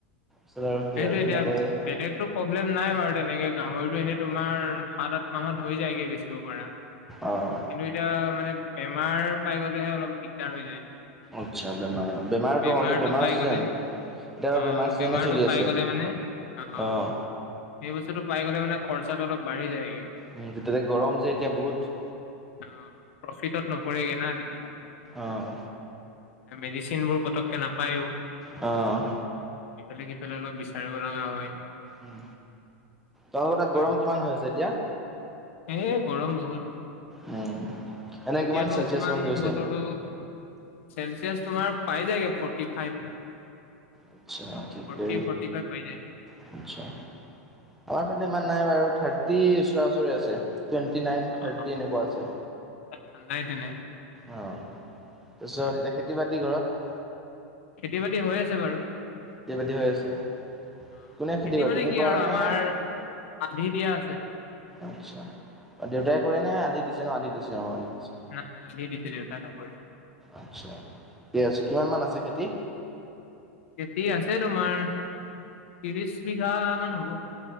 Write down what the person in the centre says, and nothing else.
তাৰপিছত আৰু কি
আৰু
ধুনীয়াকৈ
অঁ
আচ্ছা বেমাৰ বেমাৰতো
অ' এতিয়া বেমাৰৰ
চিজন
এতিয়া
বেমাৰ চিজনে
চলি
আছে
অঁ
উম, তেতিয়াতে গৰম যে এতিয়া বহুত।
অঁ
অ'।
উম, তোমালোকৰ
তাত গৰম কিমান হৈ আছে এতিয়া?
উম। এনে
কিমান চেলচিয়াছ
মান গৈছে?
আচ্ছা ঠিকে
<unintelligible> আমাৰ ইফালে মানে থাৰ্টি ওচৰাওচৰি আছে। টুৱেণ্টি নাইন
থাৰ্টি এনেকুৱা আছে।
অ তাৰপিছত
এতিয়া খেতি বাতি ঘৰত।
খেতি বাতি হৈ আছে।
কোনে
কৰে
তুমি
কৰা
নে?
আচ্ছা। দেউতাই কৰে নে আধি দিছে ন আধি দিছে অ আধি দিছে।
আচ্ছা ঠিকে আছে কিমান মান আছে খেতি।